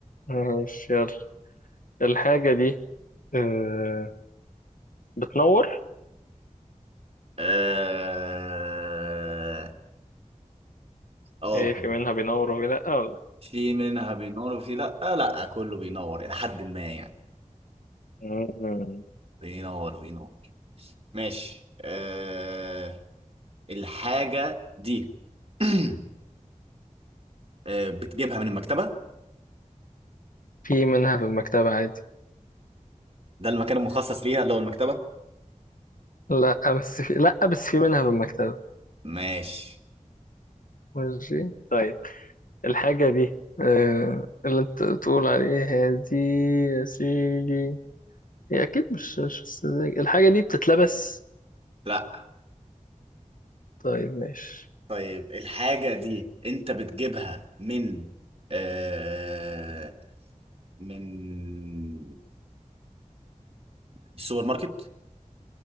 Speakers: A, on the left (about 85°); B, on the right (about 45°).
A: ماشي يلا الحاجة دي آه، بتنور
B: اه آه،
A: ايه في منها بينور وفي لا ولا
B: في منها بينور وفي لا آه، لا كله بينور الى حد ما يعني
A: مم.
B: بينور بينور ماشي آه الحاجة دي <clears throat> آه بتجيبها من المكتبة
A: في منها في المكتبة عادي
B: ده المكان المخصص ليها اللي هو المكتبة
A: لا بس في لا بس في منها في المكتبة
B: ماشي
A: ماشي طيب الحاجة دي آه، اللي انت تقول عليها دي يا سيدي هي أكيد مش مش السذاجة الحاجة دي بتتلبس
B: لا
A: طيب ماشي
B: طيب الحاجة دي انت بتجيبها من آه من السوبر ماركت